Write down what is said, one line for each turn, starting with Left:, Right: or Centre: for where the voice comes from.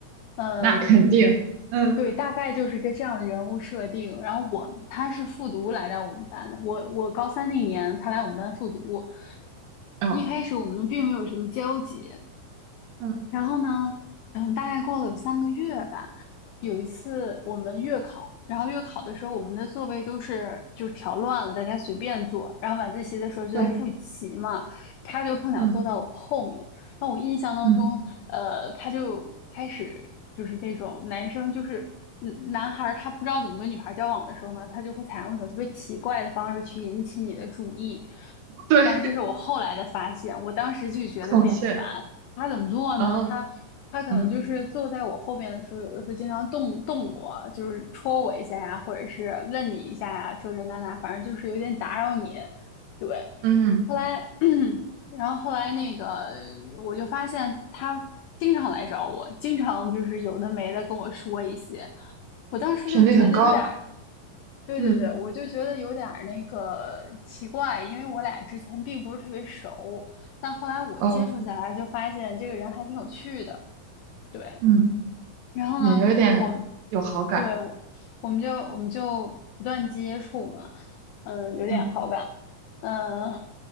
Left: 嗯，
Right: 那肯定。嗯
Left: 对，大概就是一个这样的人物设定。然后我他是复读来到我们班的，我我高三那年他来我们班复读，
Right: 哦
Left: 一开始我们并没有什么交集，
Right: 嗯，
Left: 然后呢，嗯，大概过了有三个月吧。有一次我们月考，然后月考的时候，我们的座位都是就是调乱了，大家随便坐。然后晚自习的时候就在复习嘛，
Right: 对，
Left: 他就碰巧坐到我后面。
Right: 嗯
Left: 然后我印象当中，
Right: 嗯
Left: 呃，他就开始就是那种男生就是。嗯，男孩儿他不知道怎么跟女孩儿交往的时候呢，他就会采用一种特别奇怪的方式去引起你的注意。
Right: 对。
Left: 但是这是我后来的发现，我当时就觉得有点烦，
Right: 孔雀，
Left: 他怎么做呢？
Right: 哦，
Left: 他他可能就是坐在我后边的时候，
Right: 嗯
Left: 有的时候经常动动我，就是戳我一下呀，或者是问你一下呀，这这那那，反正就是有点打扰你。对，
Right: 嗯，
Left: 后来，<clears throat> 然后后来那个，我就发现他经常来找我，经常就是有的没的跟我说一些，我当时就觉得有点
Right: 频率很高，
Left: 对对对，
Right: 嗯
Left: 我就觉得有点儿那个奇怪，因为我俩之前并不是特别熟，但后来我接触下来就发现这个人还挺有趣的，
Right: 哦
Left: 对。
Right: 嗯，
Left: 然后呢，
Right: 也有一点有好感，
Left: 我对我我们就我们就不断接触嘛，嗯，有点好感，
Right: 嗯，
Left: 嗯，